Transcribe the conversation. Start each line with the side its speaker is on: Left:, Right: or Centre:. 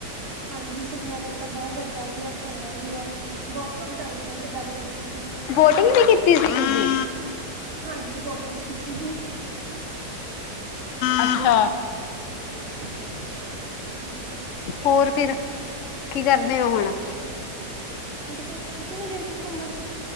Right: ਹਾਂਜੀ ਸੁਖਨਾ ਲੇਕ ਤਾਂ ਬੋਤ ਵੱਡਾ ਵੀ ਐ ਸੋਣਾ ਵੀ ਐ। ਬੋਤ ਲੋਕ ਜਾਂਦੇ ਨੇ ਉੱਥੇ ਗਰਮੀ ਦੇ <unintelligible>
Left: ਬੋਟਿੰਗ ਵੀ ਕੀਤੀ ਸੀ ਤੁਸੀ?
Right: ਹਾਂਜੀ ਬੋਟਿੰਗ ਕੀਤੀ ਸੀ
Left: ਅੱਛਾ।
Right: ਹਾਂਜੀ।
Left: ਹੋਰ ਫਿਰ ਕੀ ਕਰਦੇ ਓ ਹੁਣ?
Right: <unintelligible> ਤੁਸੀਂ ਨੀ ਗਏ ਕਿਤੇ ਘੁੰਮਣ